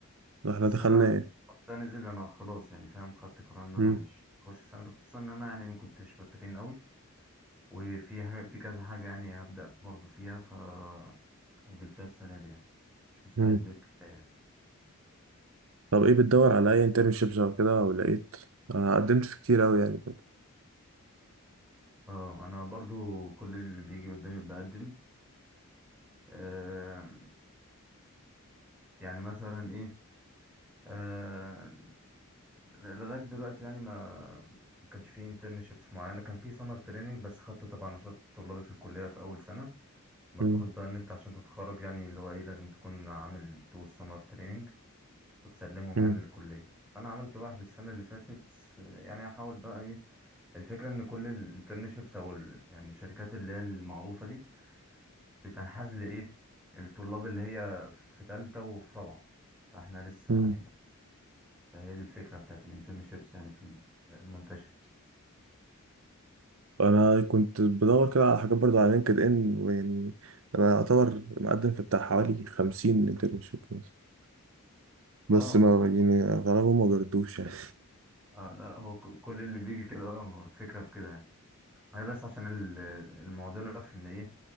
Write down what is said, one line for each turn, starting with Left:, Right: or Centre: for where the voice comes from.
Right: احنا
Centre: بس
Right: دخلنا
Centre: أنا
Right: ايه
Centre: ده نزل أنا خلاص يعني فاهم خدت قرار إن أنا
Right: مم.
Centre: مش هخش السنة دي خصوصا إن أنا يعني ما كنتش بترين قوي وفي ح... في كذا حاجة يعني هبدأ برضه فيها فأجلتها السنة دي يعني مش مستعد
Right: مم.
Centre: كفاية يعني
Right: طب ايه بتدور على اي انترنشيبس او كده ولقيت انا قدمت في كتير قوي يعني
Centre: اه أنا برضو كل اللي بيجي قدامي بقدم آه، يعني مثلا ايه آه لغايه دلوقتي يعني ما ما كانش في انترنشيبس معينه كان في سمر تريننج بس خدته تبع نشاط طلابي في الكليه في اول سنه المفروض
Right: مم.
Centre: بقى ان انت عشان تتخرج يعني اللي هو ايه لازم تكون عامل تو سمر تريننج وتسلمهم
Right: مم.
Centre: يعني للكليه فانا عملت واحد السنه اللي فاتت يعني احاول بقى ايه الفكره ان كل الانترنشيبس او ال- يعني الشركات اللي هي المعروفه دي بتنحاز لايه الطلاب اللي هي في في تالتة وفي رابعة فاحنا لسه
Right: مم.
Centre: علينا فهي دي الفكرة بتاعت الانترنشيبس يعني في ال- المنتشر
Right: انا كنت بدور كده على حاجات برضه على لينكد ان ويعني انا اعتبر مقدم في بتاع حوالي 50 انترنشيب بس بس
Centre: اه
Right: ما
Centre: كو-
Right: يعني
Centre: كل
Right: غالبا ما بيردوش يعني
Centre: آه لا لا هو كو- كل اللي بيجي كده اه هو الفكرة في كده يعني هي بس عشان ال- المعضلة في ان ايه